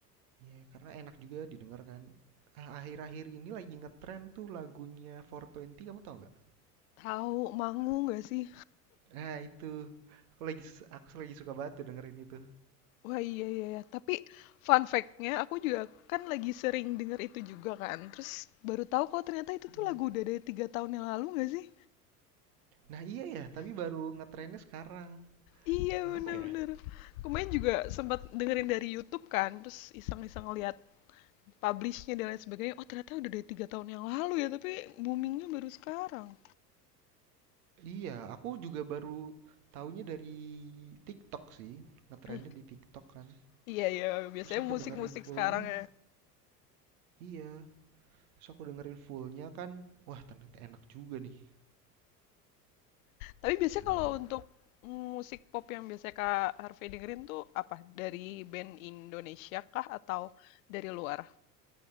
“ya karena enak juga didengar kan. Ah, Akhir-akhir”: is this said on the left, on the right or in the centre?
Right